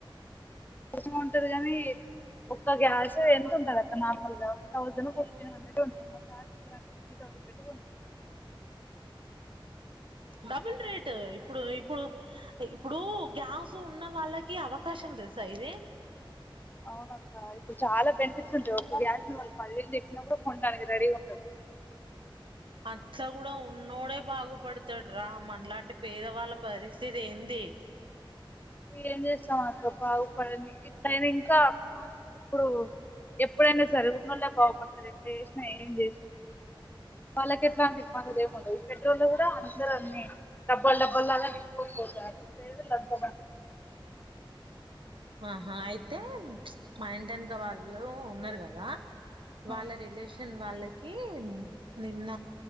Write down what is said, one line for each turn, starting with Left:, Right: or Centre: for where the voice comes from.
Left: అవసరం ఉంటది గని, ఒక్క గ్యాసే ఎంతుంటదక్క నార్మల్ గా? తౌసండో, ఫిఫ్టీన్ హౌండ్రెడో ఉంటది. మా సార్ ఫిఫ్టీన్ హండ్రెడో, త్రీ తౌసండో పెట్టి కొన్నడు.
Right: డబుల్ రేట్, ఇప్పుడు, ఇప్పుడు, ఇప్పుడూ గ్యాస్ ఉన్న వాళ్ళకి అవకాశం తెలుసా ఇది?
Left: అవున అక్క, ఇప్పుడు చాలా బెనిఫిట్స్ ఉంటయి. ఒక గ్యాస్ ని వాళ్ళు పదివేలు చెప్పినా కూడా, కొనడానికి రెడీగా ఉంటదు.
Right: అట్ల కూడా ఉన్నోడే బాగుప్ పడుతడు రా, మనలాంటి పేదవాళ్ళ పరిస్థితి ఏంది?
Left: ఏం చేస్తాం అక్క బాగుపడని. ఇట్లయినా ఇంకా, ఇప్పుడు ఎప్పుడైనా సరే ఉన్నోల్లే బాగుపడతరు ఎట్లా చేసినా ఏం చేసినకూడ. వాళ్ళకి ఎట్లాంటి బాధలు ఏముండవు, ఈ పెట్రోల్ కూడా అందరు అన్ని డబ్బల్ డబ్బల్ లాగా నింపుకుని పోతార్రు. పేదలు అంత
Right: ఆహా అయితే, మా ఇంటెనక వాళ్ళు ఉన్నరు కదా? వాళ్ళ
Left: ఆ,
Right: రిలేషన్ ను వాళ్ళకి నిన్న